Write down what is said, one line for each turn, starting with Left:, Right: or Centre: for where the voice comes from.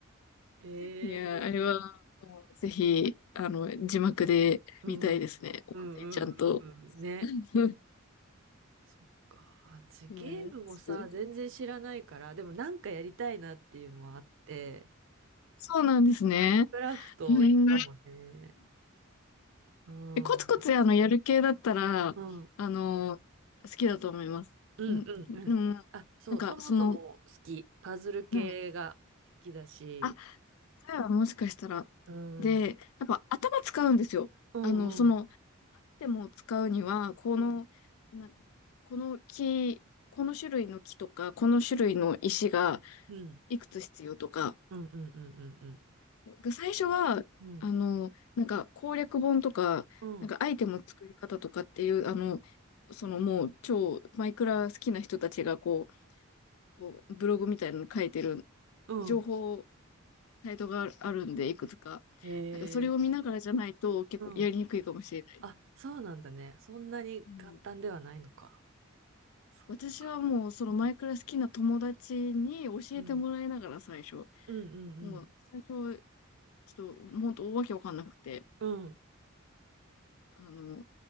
Right: ええ
Left: いや、あれは、もう、ぜひ、あの、字幕で見たいですね。
Right: うん。うんうんうんうん。
Left: 音声ちゃんと。
Right: ね。
Left: <laughs>
Right: そっか。私ゲームもさ、
Left: うん、いやちょっと
Right: 全然知らないから、
Left: <laughs>
Right: でもなんかやりたいなっていうのはあって、
Left: そうなんですね。
Right: マインクラフトいいかもね。
Left: うん。
Right: うん。
Left: え、コツコツあの、やる系だったら、
Right: うん。
Left: あの、好きだと思います。
Right: うんうんうん。
Left: うん、でも、
Right: あ、そう、
Left: なんか、
Right: そもそも好き。
Left: その、
Right: パズル系が好きだし。
Left: はいあ、それはもしかしたら。
Right: うん。
Left: で、
Right: うん
Left: やっぱ頭使うんですよ。
Right: うん
Left: あの、その、でも使うには、この、
Right: うん。
Left: な、この木、この種類の木とか、この種類の石が
Right: うん
Left: いくつ必要とか、
Right: うんうんうんうん
Left: 僕最初は、
Right: うん。うん
Left: あの、なんか攻略本とか、
Right: うん
Left: なんかアイテムの作り方とかっていう、あの、そのもう超マイクラ好きな人たちがこう、こうブログみたいなの書いてる
Right: うん。
Left: 情報サイトがあるあるんで、いくつか。
Right: へえ。
Left: なんかそれを見ながらじゃないと結構やりにくいかもしれない。
Right: うん。あ、そうなんだね。そんなに簡単ではないのか。
Left: うん、
Right: そっか。
Left: 私はもうそのマイクラ好きな友達に教えてもらいながら最初、
Right: うんうんうん
Left: もう最初
Right: うん
Left: ちょっと本当わけわかんなくて、
Right: うん
Left: あの、